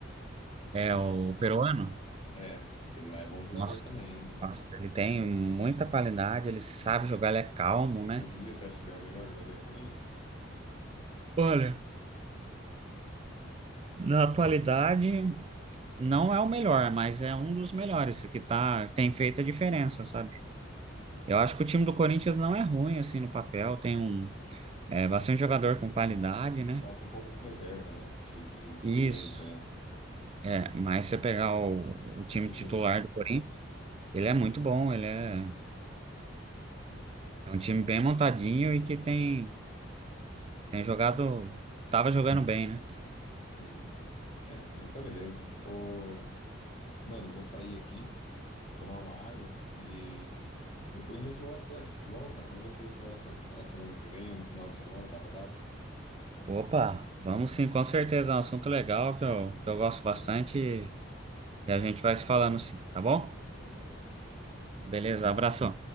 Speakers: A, on the right; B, on the left.
A: é
B: aquele
A: o
B: jogo.
A: peruano.
B: É, aquele lá é bom jogador
A: Nossa,
B: também, hein?
A: nossa, ele tem muita qualidade, ele sabe jogar, ele é calmo, né?
B: Hoje em dia você acha que ele é o melhor jogador do Corinthians?
A: Olha, na atualidade não é o melhor, mas é um dos melhores que tá, tem feito a diferença, sabe? Eu acho que o time do Corinthians não é ruim assim no papel, tem um É bastante jogador com qualidade, né?
B: Falta um pouco de reserva, né? De, de, de
A: Isso.
B: elenco, né?
A: É, mas você pegar o, o time
B: O titular.
A: titular do Corinthians, ele é muito bom, ele é,
B: Hum,
A: é um time bem montadinho e
B: É,
A: que tem, tem jogado, tava jogando bem, né?
B: sim. É, mas então beleza. Ô. Mano, eu vou sair aqui, vou tomar uma água e depois a gente volta a falar de futebol, cara. Vamos ver se a gente volta a falar semana que vem ou no final de semana da rodada.
A: Opa, vamos sim, com certeza, é um assunto legal que eu, que eu gosto bastante e a gente vai se falando sim, tá bom?
B: Fechou, valeu.
A: Beleza, abração.